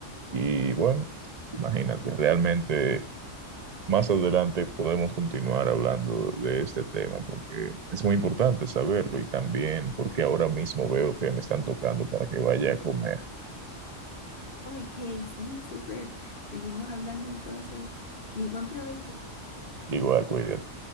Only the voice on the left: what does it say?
Ok, sí, súper. Seguimos hablando entonces y buen provecho.